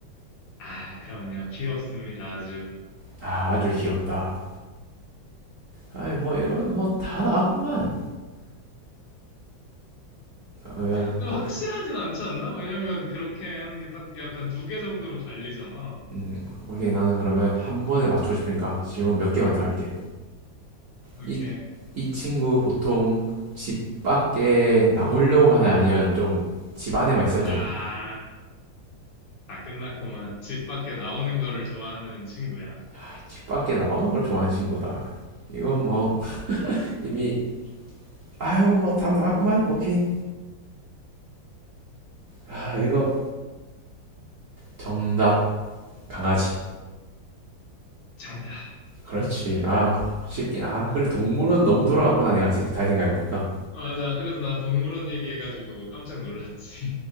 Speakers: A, on the left (about 80°); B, on the right (about 60°).
A: 아, 그럼요. 귀엽습니다, 아주.
B: 아, 아주 귀엽다. 아이 뭐 이러면 뭐 다 나왔구만. 어, 야,
A: 근데
B: 어,
A: 확실하진 않지 않나? 왜냐면 그렇게 하는 게 딱 약간 두 개 정도로 갈리잖아.
B: 음, 오케이 나는 그러면 한 번에 맞추고 싶으니까 질문 몇 개만 더 할게.
A: 이렇게.
B: 이, 이 친구 보통 집 밖에 나오려고 하나요? 아니면 좀 집 안에만 있으려
A: 아,
B: 하나요?
A: 다 끝났구만. 집 밖에 나오는 거를 좋아하는 친구야.
B: 아, 집 밖에 나오는 걸 좋아하는 친구다. 이건 뭐 이미 아이고 뭐 답 나왔구만. 오케이. 아 이거 정답 강아지.
A: 정답.
B: 그렇지. 아 쉽긴 아 그래 동물은 너무 돌아갔구나 내가 세- 다시 생각해 보니까.
A: 맞아. 그래서 난 동물원 얘기해가지고 깜짝 놀랐지.